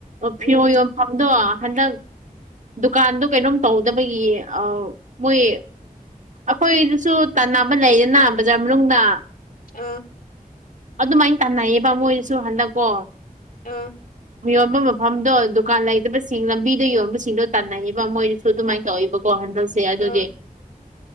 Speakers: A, on the right; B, on the left.
A: ꯐꯤꯔꯣ
B: ꯎꯝ
A: ꯌꯣꯟꯐꯝꯗꯣ ꯍꯟꯗꯛ ꯗꯨꯀꯥꯟꯗꯣ ꯀꯩꯅꯣꯝ ꯇꯧꯗꯕꯒꯤ ꯃꯣꯏ ꯑꯩꯈꯣꯏꯗꯨꯁꯨ ꯇꯝ ꯑꯃ ꯂꯩꯗꯦꯅ ꯕꯖꯥꯔ ꯃꯅꯨꯡꯗ
B: ꯑꯥ
A: ꯑꯗꯨꯃꯥꯏꯅ ꯇꯥꯟꯅꯩꯌꯦꯕ ꯃꯣꯏꯁꯨ ꯍꯟꯗꯛꯀꯣ
B: ꯑꯥ
A: ꯌꯣꯟꯕ ꯃꯐꯝꯗꯣ ꯗꯨꯀꯥꯟ ꯂꯩꯇꯕꯁꯤꯡ ꯂꯝꯕꯤꯗ ꯌꯣꯟꯕꯁꯤꯡꯗꯣ ꯇꯥꯟꯅꯩꯕ ꯃꯣꯏꯅꯁꯨ ꯑꯗꯨꯃꯥꯏꯅ ꯇꯧꯏꯕꯀꯣ ꯍꯟꯗꯛ ꯁꯦ ꯑꯗꯨꯗꯤ
B: ꯑꯥ